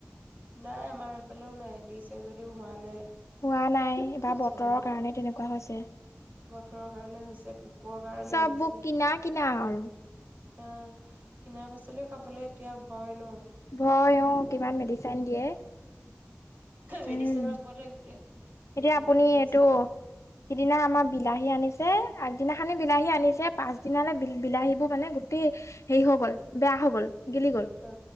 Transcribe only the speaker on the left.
হোৱা নাই বা
বতৰৰ কাৰণে তেনেকুৱা হৈছে।
চব
বুৰ কিনা কিনা আৰু।
ভয় অ কিমান মেডিচিন দিয়ে। উম
এতিয়া আপুনি
এইটো
সিদিনা আমাৰ বিলাহী আনিছ তে, আগদিনাখনহে বিলাহী আনিছে পাছ দিনালৈ বিল বিলাহীবোৰ মানে গোটেই হেৰি হৈ গ'ল, বেয়া হৈ গ'ল। গিলি গ'ল,